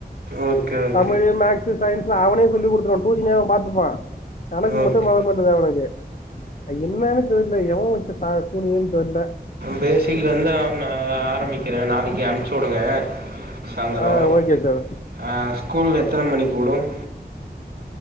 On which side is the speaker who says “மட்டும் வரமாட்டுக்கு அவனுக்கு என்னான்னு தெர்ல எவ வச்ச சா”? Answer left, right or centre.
Left